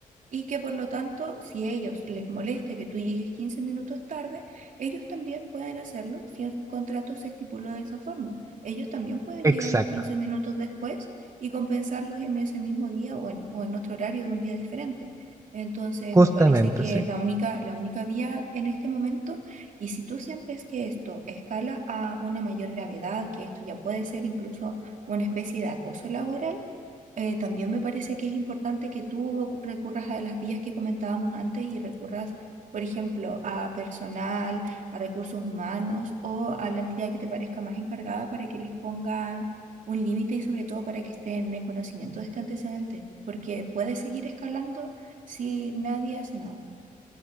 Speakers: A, on the right (about 65°); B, on the right (about 20°).
A: y que por lo tanto, si a ellos les molesta que tú llegues 15 minutos tarde, ellos también pueden hacerlo si en sus contratos se estipuló de esa forma. Ellos también pueden
B: exacto,
A: llegar los 15 minutos después y compensarlos en ese mismo día o en, o en otro horario de un día diferente. Entonces,
B: justamente,
A: me parece que
B: sí.
A: es la única, la única vía en este momento y si tú sientes que esto escala a una mayor gravedad, que esto ya puede ser incluso una especie de acoso laboral, eh, también me parece que es importante que tú recurras a las vías que comentábamos antes y recurras, por ejemplo, a personal, a recursos humanos o a la entidad que te parezca más encargada para que les pongan un límite y sobre todo para que estén en conocimiento de este antecedente, porque puede seguir escalando si nadie hace nada.